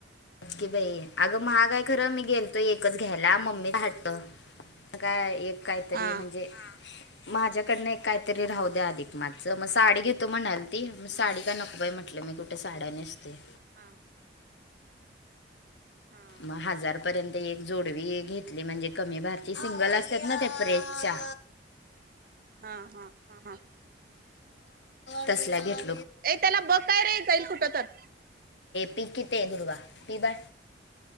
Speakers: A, on the left (about 75°); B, on the right (about 50°).
A: कि बाई, अगं महाग आहे खरं मी गेले होते घ्यायला एकच घ्यायला मम्मी चा हट्ट काय एक काहीतरी
B: हा
A: म्हणजे माझ्या कडून एक काहीतरी राहू द्या अधिक मास च, मग साडी घेते म्हणाली होती ती, मग साडी काही नको बाई म्हटलं, मी कुठे साड्या नेसते
B: हा हा
A: मग हजारपर्यंत एक जोडवी घेतली म्हणजे कमी वाजना ची सिंगल असतात ना ते प्रेस च्या
B: हा- हा- हा- हा
A: तसल्या भेटल्या
B: एक त्याला बघ काय रे, जाईल कुठं तर
A: पिक येते, ते दुर्वा पि बाळ